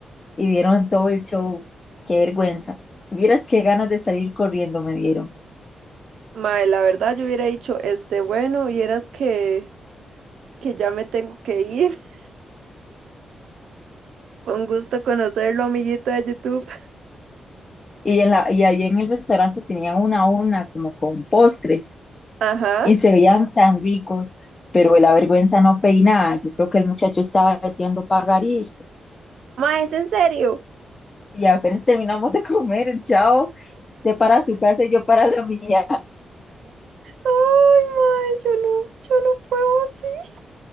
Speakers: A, on the left (about 25°); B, on the right (about 80°).
A: y vieron todo el show. Qué vergüenza. Vieras qué ganas de salir corriendo me dieron.
B: Mae, la verdad, yo hubiera dicho, este, bueno, vieras que. que ya me tengo que ir. <laughs> Fue un gusto conocerlo, amiguito de YouTube.
A: Y, en la, y ahí en el restaurante tenían una a una como con postres
B: Ajá.
A: y se veían tan ricos, pero la vergüenza no peinaba. Yo creo que el muchacho estaba deseando pagar e irse.
B: Ma, ¿es en serio?
A: Y apenas terminamos de comer, el chavo, usted para su casa y yo para la mía.
B: Ay, ma, yo no, yo no puedo así.